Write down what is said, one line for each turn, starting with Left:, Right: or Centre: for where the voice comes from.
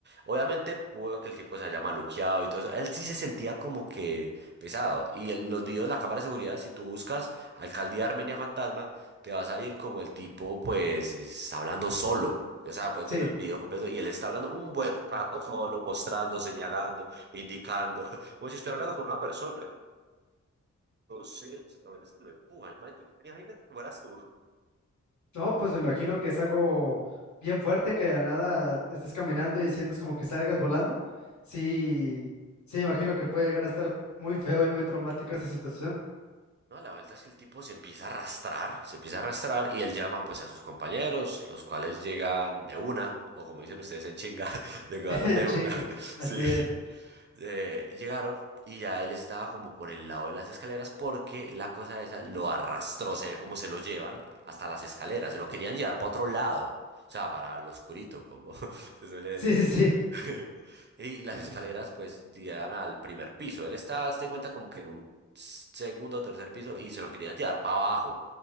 Right: Obviamente pudo que el tipo se haya maluqueado y todo eso. Él sí se sentía como que pesado. Y en los videos de la cámara de seguridad, si tú buscas Alcaldía Armenia Fantasma, te va a salir como el tipo, pues, está hablando solo. O sea, puedes
Left: Sí.
Right: ver el video completo y él está hablando un buen rato solo, mostrando, señalando, indicando, <laughs> como si estuviera hablando con una persona. Entonces, a ver, eso me empuja. Imagínate imagínate cómo eras tú.
Left: No, pues me imagino que es algo bien fuerte que de la nada estés caminando y sientas como que salgas volando. Sí, sí, imagino que puede llegar a estar muy feo y muy traumático esa situación.
Right: No, a la vuelta es que el tipo se empieza a arrastrar, se empieza a arrastrar y él llama pues a sus compañeros, los cuales llegan de una, o como dicen ustedes en chinga, <laughs> llegaron
Left: <laughs> En
Right: de
Left: Chinga,
Right: una, <laughs>
Left: así
Right: sí.
Left: es.
Right: Eh, llegaron y ya él estaba como por el lado de las escaleras porque la cosa esa lo arrastró, se ve como se lo llevan hasta las escaleras, se lo querían llevar para otro lado, o sea, para lo oscurito, como <laughs> se suele decir.
Left: Sí, sí, sí.
Right: <laughs> Y las escaleras pues llegan al primer piso. Él está, haz de cuenta, como que en un segundo o tercer piso y se lo quería llevar para abajo,